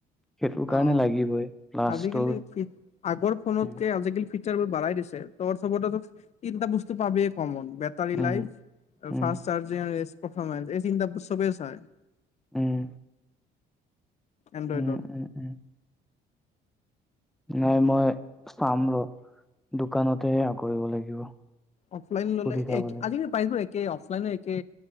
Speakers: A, in the centre; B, on the left.
A: সেইটোৰ কাৰণে
B: অঁ',
A: লাগিবই প্লাছ
B: আজিকালি
A: তোৰ
B: ফিট, আগৰ ফোনতকৈ
A: উম
B: আজিকালি ফিট বোৰ বাঢ়াই দিছে, তবৰ-চবতেটো, এই দুটা বস্তু পাবিয়ে কমন। বেটাৰী
A: উম
B: লাইফ, আৰু
A: উম
B: ফাষ্ট চাৰ্জিং আৰু এচ্ পাৰফৰ্মেঞ্চ, এই তিনটা চবে চাই।
A: উম।
B: এনড্ৰইডত
A: উম, উম, উম। নাই মই, চাম ৰ। দোকানতে সেয়া কৰিব লাগিব।
B: অফলাইন ল'লে
A: সুধি চাব
B: এক
A: লাগিব
B: আজিৰে পাৰিব এক কে অফলাইন একে।